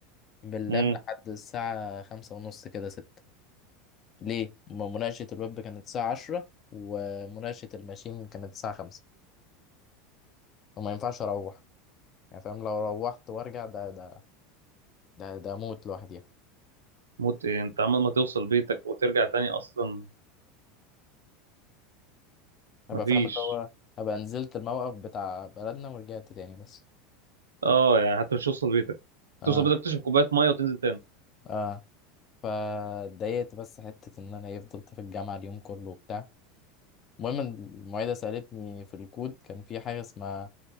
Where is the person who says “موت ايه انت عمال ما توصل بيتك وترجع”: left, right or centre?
Right